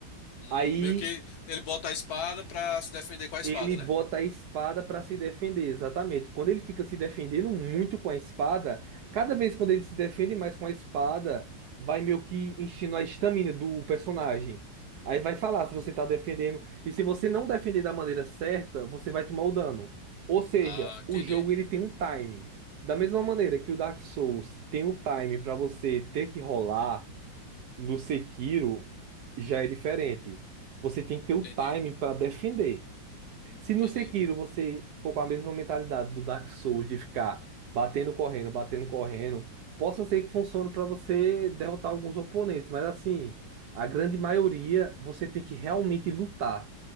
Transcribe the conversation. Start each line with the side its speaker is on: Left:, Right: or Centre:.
Left: hum,
Right: Aí
Left: meio que ele bota a espada pra se defender com a espada,
Right: Ele
Left: né?
Right: bota a espada para se defender, exatamente. Quando ele fica se defendendo muito com a espada, cada vez quando ele se defende mais com a espada, vai meio que enchendo a estamina do personagem. Aí vai falar se você tá defendendo. E se você não defender da maneira certa, você vai tomar o dano. Ou seja,
Left: Ah, entendi,
Right: o jogo ele tem um time. Da mesma maneira que o Dark Souls tem um time para você ter que rolar, no Sekiro já é diferente. Você tem que ter o
Left: entendi,
Right: time para defender. Se
Left: entendi.
Right: no Sekiro você for com a mesma mentalidade do Dark Souls de ficar batendo, correndo, batendo, correndo, possa ser que funcione para você derrotar alguns oponentes, mas assim, a grande maioria você tem que realmente lutar.